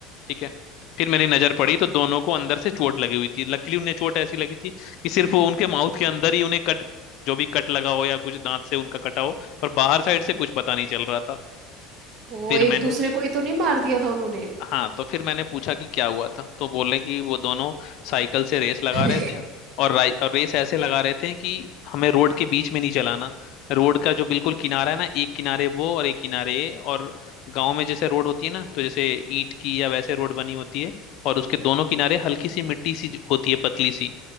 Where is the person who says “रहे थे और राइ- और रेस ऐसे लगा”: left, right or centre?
Left